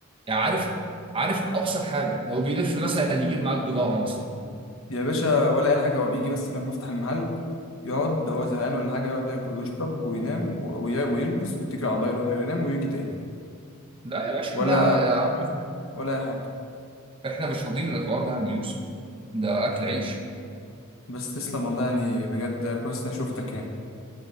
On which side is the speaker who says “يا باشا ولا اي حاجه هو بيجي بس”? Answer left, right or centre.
Left